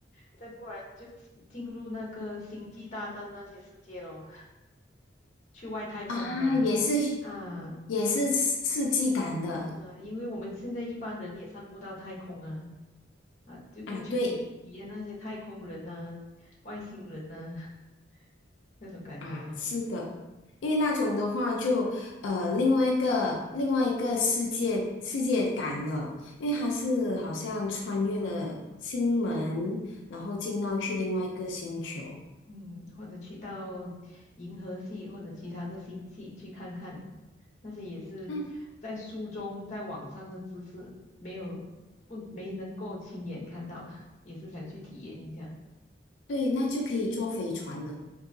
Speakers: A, on the left; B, on the left.
A: 再不然就进进入那个星际大战那些世界咯，去外太空的
B: 啊，也是
A: 啊啊
B: 也是刺刺激感的
A: 啊，因为我们现在一般人也上不到太空啊啊，就就去体体验那些太空人呐、
B: 啊，对。
A: 外星人呐 <laughs> 那种感觉咯。
B: 啊，是的，因为那种的话就呃另外一个另外一个世界世界感了，因为它是好像穿越了星门，然后进到去另外一个星球。
A: 嗯，或者去到银河系或者其他的星系去看看，那些也是在书中、
B: 那
A: 在网上的知识，没有不没能够亲眼看到，<laughs> 也是想去体验一下
B: 对，那就可以坐飞船了，